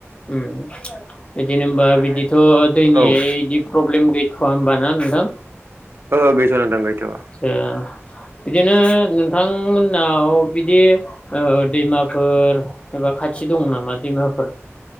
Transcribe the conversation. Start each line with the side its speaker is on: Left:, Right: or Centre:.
Left: ओम। बिदिनो होनबा
Right: ओमफ्राय
Left: बिदिथ' दैनि
Right: औ
Left: इदि प्रब्लेम गैथ'वा होमबा ना नोंथां।
Right: अ गैथ'वा नोंथां गैथ'वा।
Left: ओ बिदिनो नोंथांमोननाव बिदि। ओ ओ दैमाफोर एबा खाथि दं नामा दैमाफोर।